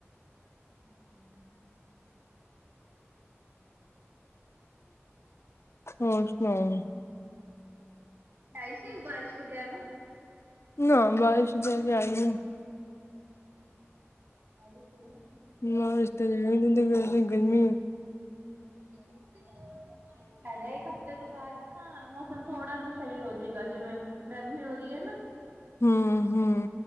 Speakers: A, on the right (about 45°); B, on the left (about 65°).
A: <unintelligible>
B: ਹੋਰ ਸੁਣਾਓ?
A: ਆਈ ਸੀ ਬਾਰਿਸ਼ ਵਗੈ ਨਾ
B: ਨਾ ਬਾਰਿਸ਼ ਤਾਂ ਅਜੇ ਆਈ ਨੀ,
A: ਬਾਰਿਸ਼
B: ਮਾਰਚ ਚ ਤਾਂ <unintelligible> ਗਰਮੀ ਏ,
A: ਇੱਕ ਹਫ਼ਤੇ ਤੋਂ ਬਾਦ <unintelligible> ਇੱਕ ਹਫ਼ਤੇ ਤੋਂ ਬਾਦ, ਅਪਣਾ ਮੌਸਮ ਥੋੜਾ ਜਾ ਸਈ ਹੋਜੇਗਾ ਜਿਵੇਂ ਗਰਮੀ ਹੋ ਰੀ ਐ ਨਾ
B: ਹੂੰ-ਹੂੰ,